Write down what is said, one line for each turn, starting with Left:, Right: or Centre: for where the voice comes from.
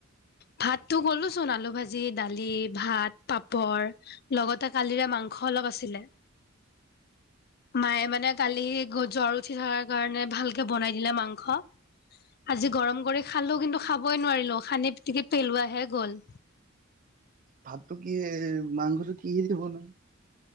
Left: ভাতটো কলো চোন আলু ভাজি, দালি, ভাত পাপৰ। লগতে কালিৰে মাংস অলপ আছিলে। মায়ে মানে কালি জ্বৰ উঠি থকাৰ কাৰণে ভালকে বনাই দিলে মাংস। আজি গৰম কৰি খালো কিন্তু খাবই নোৱাৰিলো খানি পিটিকি পেলোৱাহে গ'ল।
Right: ভাতটো কিহে, মাংসটো কিহে দি বনালা?